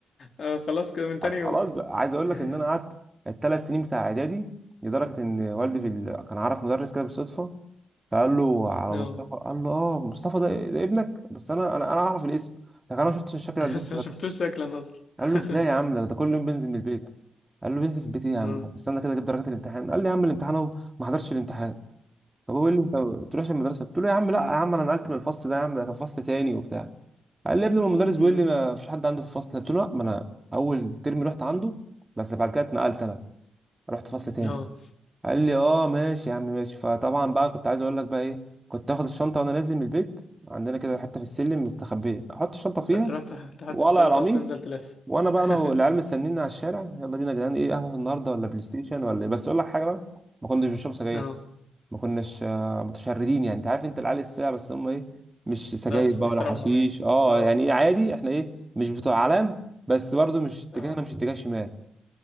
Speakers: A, on the left; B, on the right.
A: اه خلاص كده من تاني
B: على-
A: يوم
B: خلاص بقى عايز اقول لك
A: <laughs>
B: ان انا قعدت الثلاث سنين بتاع اعدادي لدرجه ان والدي في ال... كان عارف مدرس كده بالصدفه فقال له على
A: اه
B: مصطفى قال له اه مصطفى ده, ده ابنك بس انا انا انا اعرف الاسم لكن انا ما شفتش الشكل ده
A: بس ما شفتوش شكلا اصلا <laughs>
B: قال له ازاي يا عم ده ده كل يوم بنزل من البيت قال له بنزل في البيت ايه يا
A: اه
B: عم هتستنى كده اجيب درجات الامتحان قال لي يا عم الامتحان اهو ما حضرتش الامتحان فبقول قال لي انت ما بتروحش المدرسه قلت له يا عم لا يا عم انا نقلت من الفصل ده يا عم ده كان فصل تاني وبتاع قال لي يا ابني ما المدرس بيقول
A: أمم.
B: لي ما فيش حد عنده في الفصل قلت له لا ما انا اول ترم رحت عنده بس بعد كده اتنقلت انا رحت فصل تاني
A: اه
B: قال لي اه ماشي يا عم ماشي فطبعا بقى كنت عايز اقول لك بقى ايه كنت اخد الشنطه وانا نازل من البيت عندنا كده حته في السلم مستخبيه احط الشنطه فيها
A: تروح تح- تحط
B: وقلع
A: الشنطة
B: القميص
A: وتنزل تلف
B: وانا بقى
A: <laughs>
B: انا والعيال مستنيني على الشارع يلا بينا يا جدعان ايه قهوه النهارده ولا بلاي ستيشن ولا ايه بس اقول لك حاجه بقى ما كناش بنشرب سجاير
A: اه
B: ما كناش آه، متشردين يعني انت عارف انت العيال الساعه بس هم ايه مش سجاير
A: لا بس
B: بقى
A: باحترامهم
B: ولا حشيش
A: يعني
B: اه
A: اه
B: يعني ايه عادي احنا ايه مش بتوع اعلام بس برضو مش اتجاهنا
A: اه
B: مش اتجاه شمال